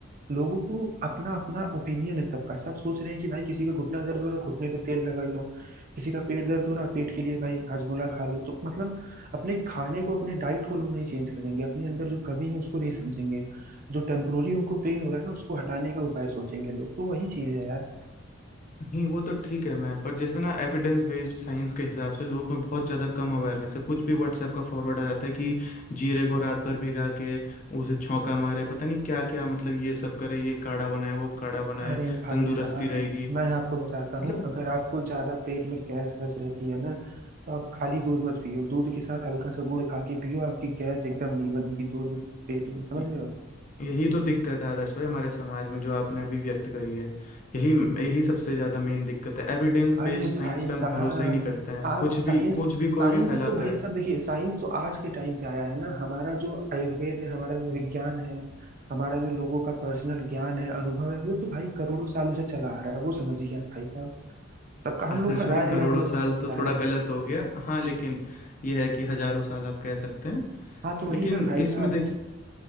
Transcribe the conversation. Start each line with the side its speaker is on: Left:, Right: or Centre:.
Right: लोगों को अपना अपना ओपिनियन है सबका सब सोच रहे हैं कि भाई किसी का घुटना दर्द हो रहा है घुटने पे तेल रगड़ लो किसी का पेट दर्द हो रहा है पेट के लिए भाई हाजमोला खा लो तो मतलब अपने खाने को अपने डाइट को लोग नहीं चेंज करेंगे अपने अंदर जो कमी है उसको नहीं समझेंगे जो टेम्पोरी उनको पेन हो रहा है ना उसको हटाने का उपाय सोचेंगे लोग तो वही चीज है यार
Left: नहीं वो तो ठीक है मैं पर जैसे ना एविडेंस बेस्ड साइंस के हिसाब से लोग में बहुत ज़्यादा कम अवेयरनेस है कुछ भी व्हाट्सएप का फॉरवर्ड आ जाता है कि जीरे को रात भर भिगा के उसे छौंका मारे पता नहीं क्या क्या मतलब ये सब करे ये काढ़ा बनाए वो काढ़ा बनाए
Right: अरे भाई
Left: तंदुरुस्ती
Right: साहब
Left: रहेगी
Right: मैं आपको बताता
Left: मतलब
Right: हूँ अगर आपको ज्यादा पेट में गैस वैस रहती है ना तो आप खाली दूध मत पियो दूध के साथ हल्का सा गुड़ खा के पियो आपकी गैस एकदम नहीं बनेगी दूध पेट में समझ
Left: य-
Right: रहे हो
Left: यही तो दिक्कत है आदर्श भाई हमारे समाज में जो आपने अभी व्यक्त करी है यही यही सबसे ज़्यादा मेन दिक्कत है एविडेंस
Right: अरे
Left: बेस्ड साइंस
Right: भाई
Left: पे
Right: साहब
Left: हम भरोसा ही नहीं करते हैं
Right: आप
Left: कुछ
Right: साइंस
Left: भी कुछ भी
Right: साइंस
Left: कोई भी फैलाता
Right: तो भाई
Left: है
Right: साहब देखिए साइंस तो आज के टाइम पे आया है ना हमारा जो आयुर्वेद है हमारा जो विज्ञान है हमारा जो लोगों का पर्सनल ज्ञान है अनुभव है वो तो भाई करोड़ों सालों से चला आ रहा है वो समझिए आप भाई साहब सबका हम
Left: आदर्श
Right: लोग का
Left: भाई
Right: राय अलग
Left: करोड़ों
Right: अलग
Left: साल
Right: हो सकता
Left: तो थोड़ा
Right: है
Left: गलत हो गया हाँ लेकिन ये है कि हजारों साल आप कह सकते हैं
Right: हाँ तो वही
Left: लेकिन
Right: ना भाई
Left: इसमें
Right: साहब
Left: देखिए